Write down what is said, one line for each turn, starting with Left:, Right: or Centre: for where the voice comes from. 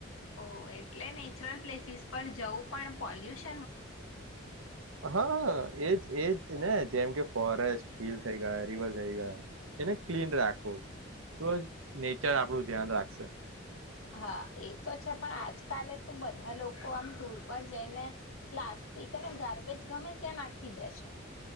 Left: ઓ એક એટલે નેચરલ પ્લેસીસ પર જવું પણ પોલ્યુશ
Right: હા. એજ એજ ને જેમ કે ફોરેસ્ટ હિલ થઈ ગાય રિવર થઈ ગાય એને ક્લીન રાખવું તો બ નેચર આપણું ધ્યાન રાખશે.
Left: હા એ તો છે પણ આજકાલે તો બધા લોકો આમ ટુર પર જઈને, પ્લાસ્ટિક અને ગાર્બેજ ગમે ત્યાં નાખી દે છે.